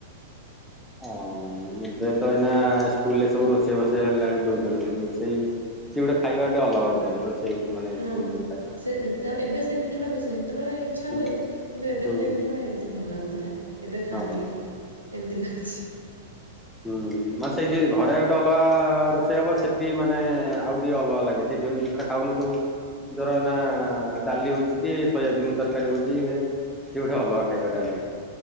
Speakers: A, in the centre; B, on the right (about 80°).
A: ହ ଏବେ ତ ଏଇନା ସ୍କୁଲରେ ସବୁ ରୋଷେଇ ଫୋ ସେ ହେଲାଣି ଦଉଛନ୍ତି ରୋଷେଇ ସିଏ ଗୋଟେ ଖାଇବାଟେ ଅଲଗା ଗୋଟେ ରୋଷେଇ ମାନେ
B: ହଁ
A: ସ୍କୁଲ ଖାଇବା
B: ସେ ଏବେ ସେଇ ଜିନିଷଟା ମିଶ ସେତେବେଳେ ଇଚ୍ଛା
A: ହୁଁ
B: ହୁଏନି। କିନ୍ତୁ ଏବେ
A: ହୁଁ।
B: ସେ ଜିନିଷଟା ଏମିତି ଭଲ ଲାଗୁଥିଲା। ଏବେ ଖାଆନ୍ତି
A: ହଁ
B: କି ଏମିତି ଲାଗୁଛି।
A: ହୁଁ। ମାନେ ସେଇ ଯେ ଘରେ ଗୋଟେ ଅଲଗା ରୋଷେଇ ହବ ସେଠି ମାନେ ଆଉ ଟିକେ ଅଲଗା ଲାଗେ ସେ ଯୋଉ ଜିନିଷଟା ଖାଉନଥିବୁ ଧର ନା ଡାଲି ହଉଛି କି ସୋୟାବିିନ ତରକାରୀ ହଉଛି ଇଏ ସେ ଗୋଟେ ଅଲଗା ଖାଇବାଟା ଲାଗେ।